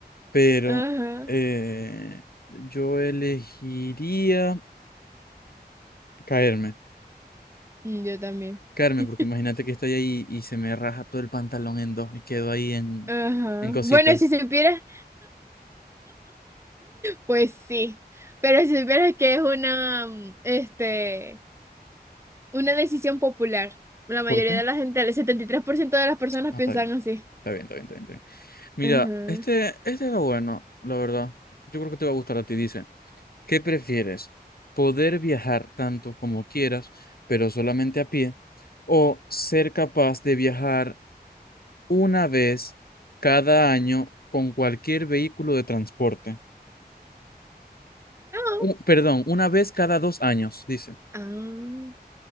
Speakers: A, on the left; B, on the right.
A: pero
B: Ajá.
A: eh, yo elegiría caerme.
B: Mm, Yo también.
A: Carmen,
B: <laughs>
A: porque imagínate que estoy ahí y se me raja todo el pantalón en dos y quedo ahí en,
B: Ajá.
A: en cositas.
B: Bueno, si supieras, pues sí. Pero si supieras que es una, mm, este, una decisión popular. La mayoría
A: ¿Por qué?
B: de la gente, el 73% de las personas
A: Ah,
B: piensan
A: está bien.
B: así.
A: Está bien, está bien, está bien, está bien. Mira,
B: Ajá.
A: este, este era bueno, la verdad. Yo creo que te va a gustar a ti. Dice, ¿qué prefieres? ¿Poder viajar tanto como quieras, pero solamente a pie? ¿O ser capaz de viajar una vez cada año con cualquier vehículo de transporte?
B: No.
A: U- perdón, una vez cada dos años, dice.
B: Ah.